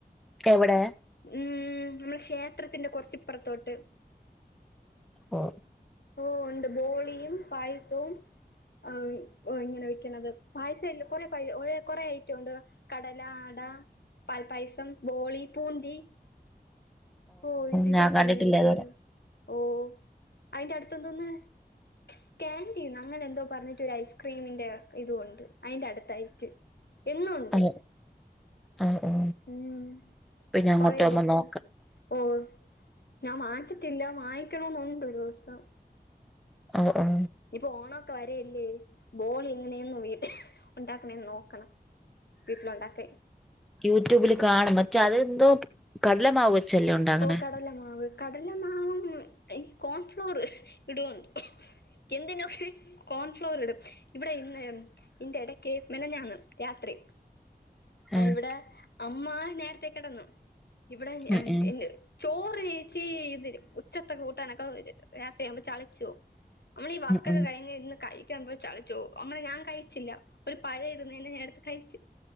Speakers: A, in the centre; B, on the left.
A: എവിടെ
B: ഉം നമ്മുടെ ക്ഷേത്രത്തിന്റെ കുറച്ച് ഇപ്പറത്തോട്ട്
A: ഓ
B: ഓ ഒണ്ട് ബോളിയും പായസവും ആ ഓ ഇങ്ങനെ വെക്കണത് പായസ ഇല്ല കുറെ പായസ കുറേ ഐറ്റം ഉണ്ട് കടല ആട പാൽപ്പായസം ബോളി പൂന്തി ഓ ഏച്ചി
A: ഞാൻ
B: ഇതൊക്കെ
A: കണ്ടിട്ടില്ല
B: ഇങ്ങനെ വെക്കണത്
A: ഇതുവരെ
B: ഓ അയിന്റെ അടുത്ത് എന്തോന്ന് സ്‌ക്യാൻഡീന്ന അങ്ങനെ എന്തോ പറഞ്ഞിട്ട് ഒരു ഐസ്ക്രീമിന്റെ ഇതും ഉണ്ട് അതിന്റെ അടുത്തായിട്ട് എന്നുണ്ട്
A: ആ, ആ, ആ.
B: ഉം
A: പിന്നെ അങ്ങോട്ട്
B: കൊറെ
A: പോകുമ്പോ
B: ബോക്സ്
A: നോക്കാം
B: ഓ ഞാൻ വാങ്ങിച്ചിട്ടില്ല വായ്ക്കണന്നുണ്ട് ഒരു ദിവസം
A: ഓ ഓ
B: ഇപ്പ ഓണൊക്കെ വരല്ലേ ബോളി എങ്ങനെയന്നു വീട്ടി ഉണ്ടാക്കണേന്ന് നോക്കണം വീട്ടില് ഉണ്ടാക്കാൻ
A: യൂട്യൂബിൽ കാണും മറ്റേ അതെന്തോ കടലമാവ് വെച്ചല്ലേ ഉണ്ടാകണേ
B: ഓ കടലമാവ് കടലമാവും ഈ കോൺഫ്ലവർ ഇടുവാന്തോ എന്തിനോ ഹ്ഹ് കോൺഫ്ലവർ ഇടും ഇവിടെ ഇന്ന് ഇന്റെ ഇടയ്ക്ക് മിനിഞാന്ന് രാത്രി
A: ആഹ്
B: ഇവിടെ അമ്മ നേരത്തേ കിടന്നു ഇവിടെ
A: ഉം ഉം
B: ചോറ് ചേച്ചി ഇതിരും ഉച്ചത്ത കൂട്ടാനൊക്കെവരും രാത്രിയാവുമ്പോ ചളിച്ചപോവും നമ്മള് ഈ വർകൊക്കെ
A: ഉം ഉം
B: കഴിഞ് ഇരുന്ന് കഴി ചളിച്ചുപോവും അങ്ങനെ ഞാൻ കഴിച്ചില്ല ഒരു പഴ ഇരുന്നേനെ ഞാൻ എടുത്ത് കഴിച്ച്